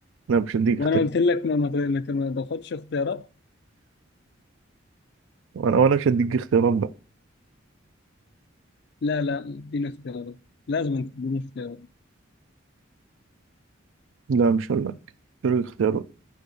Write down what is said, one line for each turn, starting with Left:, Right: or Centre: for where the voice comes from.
Right: لا مش هديك
Left: وانا
Right: اختيارات
Left: قلت لك ما ما ما ما تاخدش اختيارات
Right: وانا وانا مش هديك اختيارات بقى
Left: لا لا اديني اختيارات لازم تديني اختيارات
Right: لا مش هقول لك مش هديك اختيارات